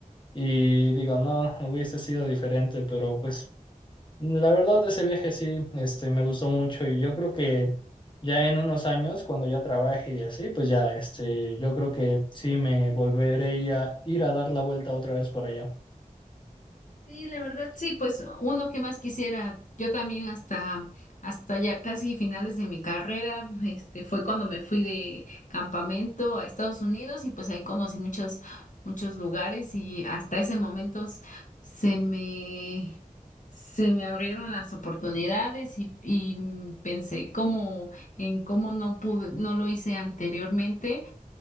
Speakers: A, on the left; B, on the left.
A: y digo, no, hubiese sido diferente, pero pues la verdad ese viaje sí, este, me gustó mucho y yo creo que ya en unos años, cuando ya trabaje y así, pues ya, este, yo creo que sí me volveré a ir a, ir a dar la vuelta otra vez por allá.
B: Sí, la verdad, sí, pues uno que más quisiera, yo también hasta, hasta ya casi finales de mi carrera, este, fue cuando me fui de campamento a Estados Unidos y pues ahí conocí muchos, muchos lugares y hasta ese momento s- se me, se me abrieron las oportunidades y, y mm, pensé como en cómo no pude, no lo hice anteriormente